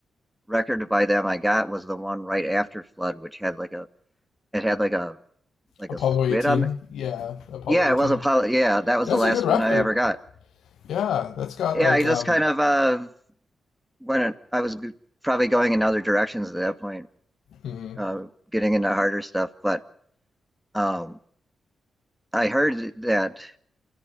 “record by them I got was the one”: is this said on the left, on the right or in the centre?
Centre